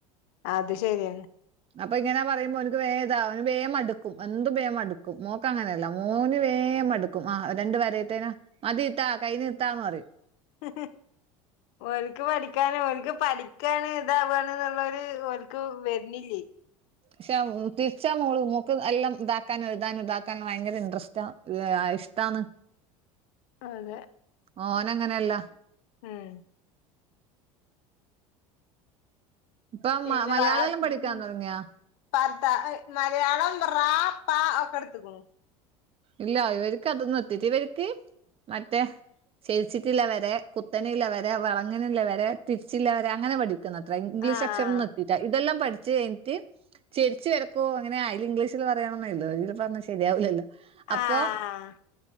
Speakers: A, on the left (about 60°); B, on the right (about 35°).
A: അത് ശരിയാണ്.
B: അപ്പൊ ഇങ്ങനെ പറയുമ്പോ ഓൻക്ക് വേം ഇതാവും വേം മടുക്കും എന്തും വേമടുക്കും. ഓ ക്ക അങ്ങനല്ല മോന് വേം മടുക്കും ആഹ് രണ്ടു വര ഇട്ടേന് മതി ഇത്താ കയിഞ്ഞ് ഇത്താന്ന് പറയും.
A: <inaudible> ഓൻക്ക് പഠിക്കാന് ഓൻക്ക് പഠിക്കാന് ഇതാവാണ് ന്ന്ളെളാരു അവർക്ക് വര്ണില്ലേ
B: പക്ഷെ തിരിച്ചാ മോള് മോക്ക് എല്ലാം ഇതാക്കാനും എഴുതാനും ഇതാക്കാനും ഭയങ്കര ഇൻട്രസ്‌റ്റാ അതിഷ്ട്ടാണ്.
A: അതെ
B: ഓനങ്ങനെല്ല
A: ഉം
B: ഇപ്പൊ
A: പിന്നെ
B: മ മലയാളെല്ലാം
A: വ <unintelligible>
B: പഠിക്കാൻ തുടങ്ങിയാ
A: പർത്ത മലയാളം റാ പാ ഒക്കെ എടുത്തക്കണു
B: ഇല്ല ഇവർക്ക് അതൊന്നും എത്തിറ്റില്ല ഇവർക്ക് മറ്റെ ചെരിച്ചിട്ട്ള്ള വരെ കുത്തനള്ള വര വളങ്ങനള്ള വര തിരിച്ചില്ല വര അങ്ങനെ പഠിക്ക അത്ര ഇംഗ്ലീഷ്
A: ആഹ്
B: അക്ഷരം എത്തീറ്റ ഇതെല്ലാം പഠിച്ച് കഴിഞ്ഞിട്ട് ചരിച്ച് വരക്കോ അങ്ങനെ അയിന് ഇംഗ്ലീഷിൽ പറയണന്നെയ്തോ ഇത് പറഞ്ഞ ശരിയാവിലല്ലോ അപ്പൊ
A: ആഹ്